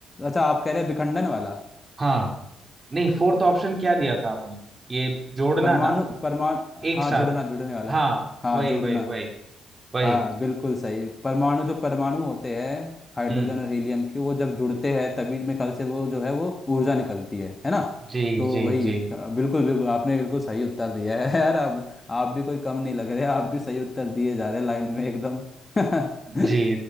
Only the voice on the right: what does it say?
हाँ नहीं फोर्थ ऑप्शन क्या दिया था आपने ये जोड़ना
ना
एक
साथ
हाँ
वही
वही वही वही
हम्म
जी
जी
जी
जी